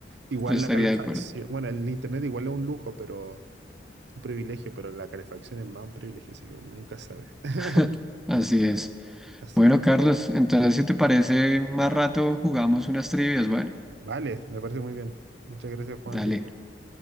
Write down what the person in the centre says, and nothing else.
yo estaría
de acuerdo.
<laughs> Así es.
Bueno,
Carlos, entonces si te parece, más rato jugamos unas trivias. Bueno,
dale,